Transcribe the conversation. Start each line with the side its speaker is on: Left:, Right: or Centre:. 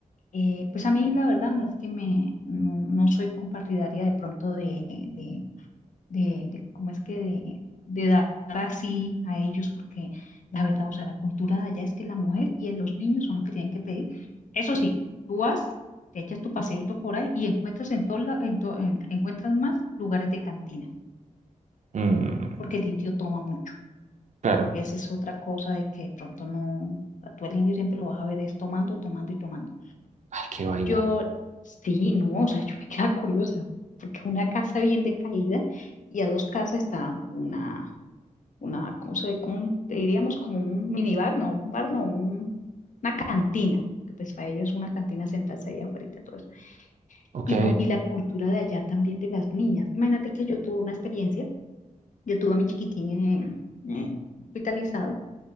Left: eh, pues a mí la verdad no es que me, no, no soy compartidaria de pronto de, de de, de cómo es que de, de dar así a ellos, porque la verdad, o sea, la cultura de allá es que la mujer y los niños son los que tienen que pedir. Eso sí, tú vas, te echas tu paseíto por ahí y encuentras en todo la- en to- en- encuentras más lugares de cantina,
Right: Mm,
Left: porque el indio toma mucho.
Right: claro.
Left: Esa es otra cosa de que de pronto no, a tú el indio siempre lo vas a ver es tomando, tomando y tomando.
Right: Ay, qué vaina.
Left: Yo, sí, no, o sea, yo me <laughs> queda curiosa, porque una casa bien decaída y a dos casas está una una, ¿cómo se, cómo un- diríamos? Como un minibar, no, un bar, no, un- una cantina, que pues para ellos es una cantina sentarse ahí afuera, todo eso.
Right: Ok,
Left: Y no, y la cultura de allá también de las niñas. Imagínate que yo tuve una experiencia, yo tuve a mi chiquitín en- eh, hospitalizado,